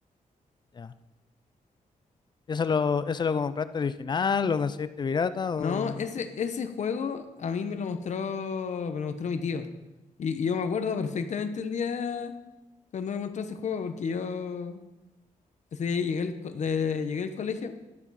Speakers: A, on the left; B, on the left.
A: Ya. ¿Y ¿Eso lo, eso lo compraste original? ¿Lo conseguiste pirata?
B: No,
A: O...
B: ese, ese juego a mí me lo mostró, me lo mostró mi tío. Y, y yo me acuerdo perfectamente el día cuando me mostró ese juego, porque yo ese día llegué, al co- de- llegué al colegio,